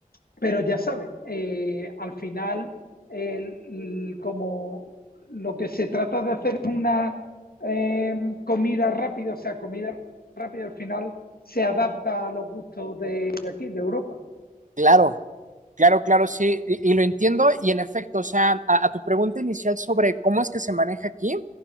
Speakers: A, on the left; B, on the right.
A: pero ya sabes, eh, al final, el- el- como lo que se trata de hacer es una eh, comida rápida, o sea, comida rápida al final se adapta a los gustos de, de aquí, de Europa.
B: Claro, claro, claro, sí, y, y lo entiendo y en efecto, o sea, a, a tu pregunta inicial sobre cómo es que se maneja aquí,